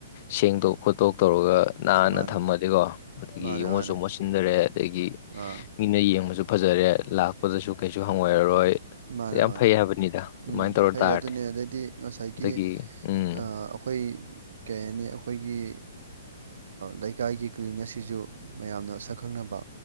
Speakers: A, on the left; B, on the right.
A: ꯁꯦꯡꯗꯣꯛ ꯈꯣꯠꯇꯣꯛ ꯇꯧꯔꯒ ꯅꯥꯟꯅ
B: ꯃꯥꯅꯦ
A: ꯊꯝꯃꯗꯤꯀꯣ ꯑꯗꯒꯤ
B: ꯃꯥꯅꯦ
A: ꯃꯣꯠꯁꯨ
B: ꯃꯥꯅꯦ
A: ꯃꯣꯠꯁꯤꯟꯗꯔꯦ ꯑꯗꯒꯤ
B: ꯑꯥ
A: ꯃꯤꯅ ꯌꯦꯡꯕꯁꯨ ꯐꯖꯔꯦ ꯂꯥꯛꯄꯗꯁꯨ ꯀꯩꯁꯨ ꯍꯪꯒꯣꯏꯔꯔꯣꯏ
B: ꯃꯥꯅꯦ
A: ꯌꯥꯝ
B: ꯃꯥꯅꯦ
A: ꯐꯩ ꯍꯥꯏꯕꯅꯤꯗ
B: ꯎꯝ
A: ꯑꯗꯨꯃꯥꯏꯅ ꯇꯧꯔ
B: ꯐꯩ
A: ꯇꯥꯔꯗꯤ
B: ꯑꯗꯨꯅꯦ ꯑꯗꯩꯗꯤ ꯉꯁꯥꯏꯒꯤ
A: ꯑꯗꯒꯤ ꯎꯝ
B: ꯑꯩꯈꯣꯏ ꯀꯩ ꯍꯥꯏꯅꯤ ꯑꯩꯈꯣꯏꯒꯤ ꯂꯩꯀꯥꯏꯒꯤ ꯀ꯭ꯂꯤꯅꯦꯁꯁꯤꯁꯨ ꯃꯌꯥꯝꯅ ꯁꯛ ꯈꯪꯅꯕ